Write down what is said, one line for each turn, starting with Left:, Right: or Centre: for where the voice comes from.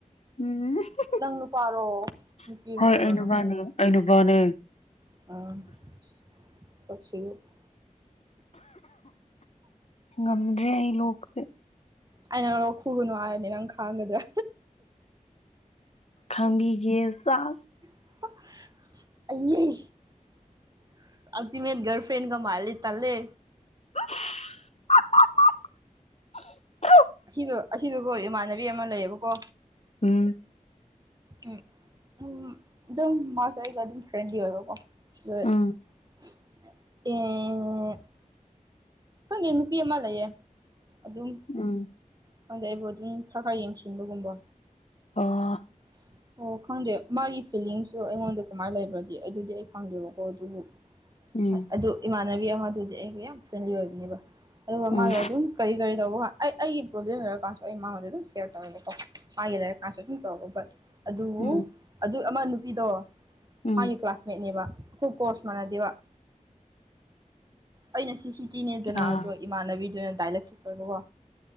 Left: <unintelligible>
Right: ꯅꯪ ꯅꯨꯄꯥꯔꯣ ꯅꯨꯄꯤꯔꯣ
Left: ꯍꯣꯏ
Right: ꯅꯠꯇ꯭ꯔꯣ
Left: ꯑꯩ
Right: ꯅꯪꯕꯨ
Left: ꯅꯨꯄꯥꯅꯦ ꯑꯩ ꯅꯨꯄꯥꯅꯦ꯫
Right: <inaudible>
Left: ꯉꯝꯗ꯭ꯔꯦ ꯑꯩ ꯂꯣꯛꯁꯦ꯫
Right: ꯑ ꯅꯪ ꯂꫭꯛ ꯈꯨꯒꯅꯨ ꯍꯥꯏꯔꯗꯤ ꯅꯪ ꯈꯥꯡꯒꯗ꯭ꯔꯥ꯫
Left: ꯈꯥꯡꯕꯤꯒꯦ ꯁꯥꯁ꯫
Right: <unintelligible> ꯑꯜꯇꯤꯃꯦꯠ ꯒꯜꯐ꯭ꯔꯦꯟꯒ ꯃꯥꯜꯂꯦ ꯇꯜꯂꯦ꯫
Left: <unintelligible>
Right: ꯑꯁꯤꯗꯣ ꯑꯁꯤꯗꯒꯣ ꯏꯃꯥꯟꯅꯕꯤ ꯑꯃ ꯂꯩꯌꯦꯕꯀꯣ꯫
Left: ꯎꯝ꯫
Right: ꯎꯝ ꯎꯝ ꯗꯨꯝ ꯃꯥꯁꯦ ꯑꯩꯒ ꯐ꯭ꯔꯦꯟꯂꯤ ꯑꯣꯏꯕꯀꯣ꯫ <unintelligible>
Left: ꯎꯝ
Right: ꯈꯪꯗꯦ ꯅꯨꯄꯤ ꯑꯃ ꯂꯩꯌꯦ ꯑꯗꯨꯝ
Left: ꯎꯝ
Right: ꯈꯪꯗꯦ ꯑꯩꯕꯨ ꯑꯗꯨꯝ ꯈꯔ ꯈꯔ ꯌꯦꯡꯁꯤꯟꯕꯒꯨꯝꯕ꯫
Left: ꯑꫭ꯫
Right: <inaudible> ꯑꯣ ꯈꯪꯗꯦ ꯃꯥꯒꯤ ꯐꯤꯂꯤꯡꯁꯨ ꯑꯩꯉꯣꯟꯗ ꯀꯃꯥꯏꯅ ꯂꯩꯕ꯭ꯔꯗꯤ ꯑꯩꯗꯤ ꯑꯗꯨꯗꯤ ꯑꯩ ꯈꯪꯗꯦꯕꯀꯣ ꯑꯗꯨꯕꯨ
Left: ꯎꯝ
Right: ꯍ ꯑꯗꯨ ꯏꯃꯥꯟꯅꯕꯤ ꯑꯃꯗꯨꯗꯤ ꯑꯩꯒ ꯌꯥꯝ ꯐ꯭ꯔꯦꯟꯂꯤ ꯑꯣꯏꯕꯅꯦꯕ ꯑꯗꯨꯒ
Left: ꯎꯝ
Right: ꯃꯥꯒ ꯑꯗꯨꯝ ꯀꯔꯤ-ꯀꯔꯤ ꯇꯧꯕ ꯉꯥ ꯑꯩ ꯑꯩꯒꯤ ꯄ꯭ꯔꯣꯕ꯭ꯂꯦꯝ ꯂꯩꯔꯀꯥꯟꯁꯨ ꯑꯩ ꯃꯉꯣꯟꯗ ꯑꯗꯨꯝ ꯁꯦꯔ ꯇꯧꯋꯦꯕꯀꯣ ꯃꯥꯒꯤ ꯂꯩꯔꯀꯥꯟꯁꯨ ꯑꯗꯨꯝ <inaudible> ꯑꯗꯨꯕꯨ
Left: ꯎꯝ
Right: ꯑꯗꯨ ꯑꯃ ꯅꯨꯄꯤꯗꯣ
Left: ꯎꯝ
Right: ꯃꯥꯒꯤ ꯀ꯭ꯂꯥꯁ ꯃꯦꯠꯅꯦꯕ ꯈꯨ ꯀꯣꯔꯁ ꯃꯅꯥꯗꯦꯕ꯫ ꯑꯩꯅ ꯁꯤ ꯁꯤ ꯇꯤꯅꯦꯗꯅ
Left: ꯑꯥ
Right: ꯑꯗꯣ ꯏꯃꯥꯟꯅꯕꯤꯗꯨꯅ ꯗꯥꯏꯂꯦꯁꯤꯁ ꯑꯣꯏꯕꯀꯣ꯫